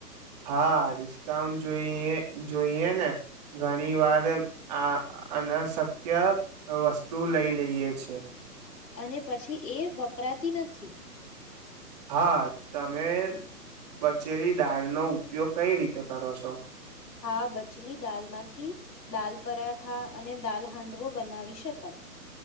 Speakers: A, on the right; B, on the left.
A: હા ડિસ્કાઉન્ટ જોઈએ જોઈએ ને ઘણી વાર આ અનાશક્ય વસ્તુ લઈ લઈએ છે
B: અને પછી એ વપરાતી નથી
A: હા તમે બચેલી દાળનોો ઉપયોગ કઈ રીતે કરો છો
B: હા બચલી દાલ માંથી દાલ પરાઠા અને દાલ હાંડવો બનાવી શકાય